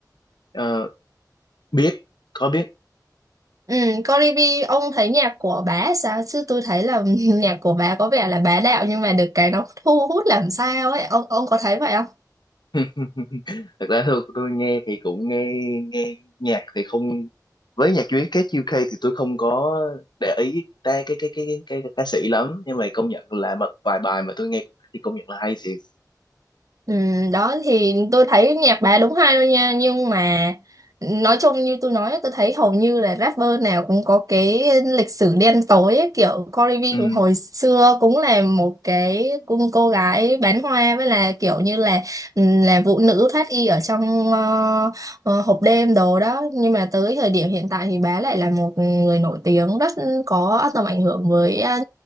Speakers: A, on the left (about 85°); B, on the right (about 50°).
A: Ờ, biết có biết
B: Ừ, Cardi B, ông thấy nhạc của bà sao? Chứ tôi thấy là <laughs> nhạc của bà có vẻ là bá đạo nhưng mà được cái nó thu hút làm sao ấy. Ông ông có thấy vậy không?
A: <laughs> thật ra thôi tôi nghe thì cũng nghe nghe nhạc thì không với nhạc Việt các UK thì tôi không có để ý ta cái cái cái cái, cái, ca sĩ lắm nhưng mà công nhận là một vài bài mà tôi nghe thì công nhận là hay thiệt
B: Ừ, đó thì tôi thấy nhạc bà đúng hay luôn nha nhưng mà nói chung như tôi nói tôi thấy hầu như là rapper nào cũng có cái lịch sử đen tối ấy, kiểu Cardi B
A: ừ.
B: cũng hồi xưa cũng là một cái cô, cô gái bán hoa với là kiểu như là ừ, là vũ nữ thoát y ở trong ờ, ờ, hộp đêm đồ đó nhưng mà tới thời điểm hiện tại thì bà lại là một người nổi tiếng rất có tầm ảnh hưởng với ờ,